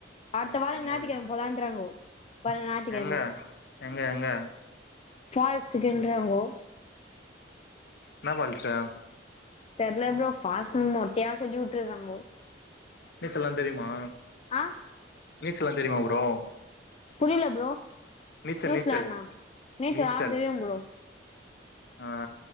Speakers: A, on the left; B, on the left.
A: அட்த்த
B: ஓகே
A: வாரொ
B: உங்களுக்கு
A: ஞாத்திக்கெழம போலான்றாங்கோ போன ஞாத்து கெழம
B: எங்க எங்க எங்க
A: ஃபால்ஸ் இக்குன்றாங்கோ
B: என்னா ஃபால்ஸூ
A: தெர்ல ப்ரோ ஃபால்ஷுனு மொட்டையா சொல்லி வுட்ருக்காங்கோ
B: நீச்சல்லா தெரியுமா
A: ஆ
B: நீசல்லா தெரிமா ப்ரோ
A: புரில ப்ரோ
B: நீச்சல்
A: நியூசிலாண்ட்னா
B: நீச்சல்
A: நீச்சலா
B: நீச்சல்
A: ஆ தெரியு ப்ரோ
B: ஆ